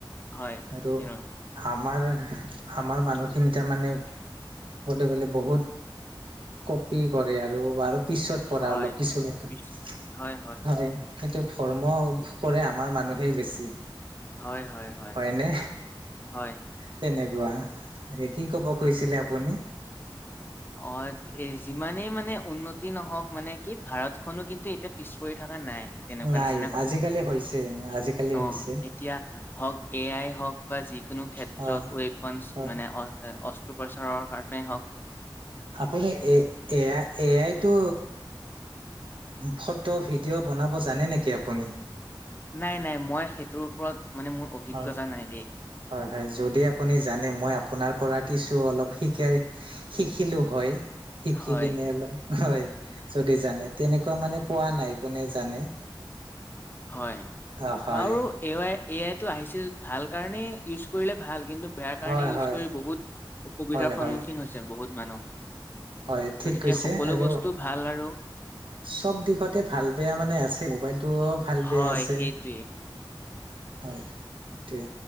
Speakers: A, on the left; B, on the right.
A: হয়
B: আৰু
A: তেনেকুৱা।
B: আমাৰ আমাৰ মানুহখিনি তাৰ মানে ক'বলৈ গ'লে বহুত কপি কৰে আৰু ব পিছত পৰা
A: হয়
B: অলপ কিছু ক্ষেত্ৰত
A: পিছ- হয়
B: হয় সেইটোত। ধৰ্ম কৰে আমাৰ মানুহেই বেছি।
A: হয় হয়। হয়
B: হয়নে,
A: হয়
B: তেনেকুৱা কি কব খুজিছিলে
A: তাকে
B: আপুনি?
A: অ', এ যিমানেই মানে উন্নতি নহওঁক মানে কি ভাৰতখনো কিন্তু এতিয়া পিছ পৰি থকা নাই। তেনেকুৱা
B: নাই
A: নিচিনায়ে হয়,
B: আজিকালি হৈছে আজিকালি
A: অ',
B: হৈছে
A: এতিয়া হওক এ আই হওক বা যিকোনো ক্ষেত্ৰত
B: হয়
A: ৱেপনচ
B: হয়
A: মানে অস্ত্ৰোপচাৰৰ কাৰণেই হওঁক।
B: আপুনি এ এয়া এ আইটো ফটো ভিডিঅ' বনাব জানে নেকি আপুনি?
A: নাই নাই, মই সেইটোৰ ওপৰত মানে মোৰ অভিজ্ঞতা
B: হয়,
A: নাই দেই
B: হয়, হয়, যদি আপুনি জানে, মই আপোনাৰ পৰা কিছু অলপ শিকাই শিকিলোঁ হয় শিকি
A: হয়।
B: কিনে অলপ হয়। যদি জানে তেনেকুৱা
A: হয়
B: মানে পোৱা নাই কোনে জানে।
A: হয়
B: অ হয়
A: আৰু এৱাই এ আই টো আহিছিল ভাল কাৰণে ইউজ কৰিলে ভাল কিন্তু বেয়া কাৰণে
B: হয়
A: ইউজ
B: হয়
A: কৰি বহুত অসুবিধাৰ
B: হয়
A: সন্মুখীন
B: হয়
A: হৈছে বহুত মানুহ।
B: হয় ঠিক
A: গতিকে
B: কৈছে
A: সকলো
B: আৰু
A: বস্তু ভাল আৰু
B: চব দিশতে ভাল বেয়া মানে আছে। টো ভাল
A: হয়,
B: বেয়া আছে
A: সেইটোৱেই
B: হয়। সেইটোৱে